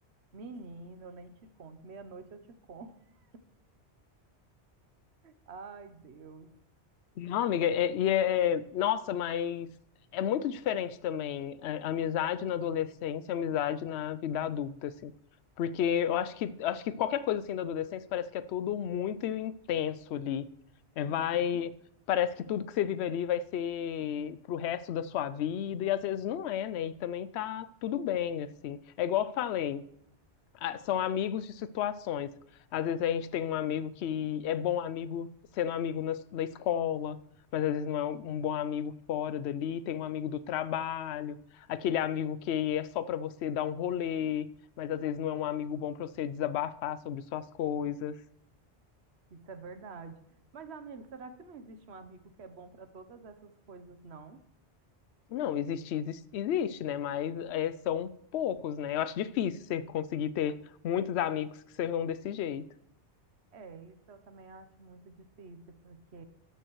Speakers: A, on the right (about 70°); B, on the left (about 75°).
A: Menina, eu nem te conto. Meia-noite eu te conto. <laughs> Ai, Deus.
B: Não, amiga, é- e é, é- nossa, mas é muito diferente também a- a amizade na adolescência, e a amizade na vida adulta, assim. Porque eu acho que acho que qualquer coisa assim da adolescência parece que é tudo muito intenso ali. É,
A: Uhum.
B: vai, parece que tudo que você vive ali vai ser pro resto da sua vida, e às vezes não é, né? E também tá tudo bem, assim. É igual eu falei a- são amigos de situações. Às vezes a gente tem um amigo que é bom amigo sendo amigo na, na escola, mas às vezes não é um um bom amigo fora dali. Tem um amigo do trabalho, aquele amigo que é só para você dar um rolê, mas às vezes não
A: é.
B: é um amigo bom para você desabafar sobre suas coisas.
A: Isso é verdade. Mas, amigo, será que não existe um amigo que é bom para todas essas coisas, não?
B: Não, existe, existe, existe, né? Mas é, são poucos, né? Eu acho difícil você conseguir ter muitos amigos que sejam desse jeito.
A: É, isso eu também acho muito difícil, porque